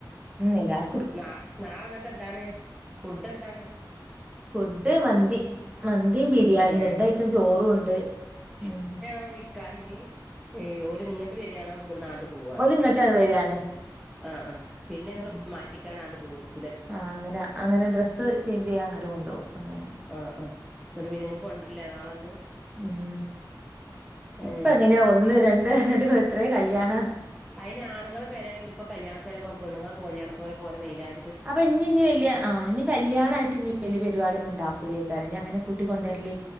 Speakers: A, on the right (about 20°); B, in the centre.
A: ഉ എല്ലാർക്കും
B: ന നാളെ എന്നിട്ട് എന്താണ് ഫുഡ് എന്താണ്
A: ഫുഡ് മന്തി മന്തിയും ബിരിയാണിയ
B: പിന്നെ
A: രണ്ടായിട്ടം ചോറും ഉണ്ട് ഉ
B: ഓ നിക്കാഹിനി ഓര് ഇങ്ങണ്ട് വേരാണോ ഇവിടുന്നാ പൂവാണ
A: ഓല് ഇങ്ങോട്ടാണ് വരികയാണ്
B: ആ ആ പിന്നങ്ങളും
A: ഉം.
B: മാറ്റിക്കാനാണ്ട് പൂവല്
A: ആ അങ്ങന അങ്ങനെ ഡ്രസ്സ് ചേഞ്ച് ചെയ്യാ അങ്ങട്ട് കൊണ്ടൊവും അങ്ങനെയ
B: ആഹ് ആഹ് എന്നിട്ട് പിന്നങ്ങട്ട് കൊണ്ട്ര്ല്ല നാളൊന്നു
A: ഉം ഇപ്പ
B: ഏഹ്
A: എങ്ങനെയ ഒന്ന് രണ്ട് പറ്ഞ്ഞിട്ട് എത്രയൊ കല്യാണ
B: അയിന് ആണ്ങ്ങള് പെഴയാണങ്കി ഇപ്പ കല്യാണ പെരവം പെണ്ങ്ങളപോലെയാണ് <unintelligible>
A: അപ്പ ഇനി ഇനി വല്യ ആ ഇനി കല്യാണ ആയ്ട്ട് ഇനി വല്യ പെരിപാടി ഒന്നും ഉണ്ടാക്കൂലേക്കാര് ഞ അങ്ങെ കൂട്ടി കൊണ്ടരല്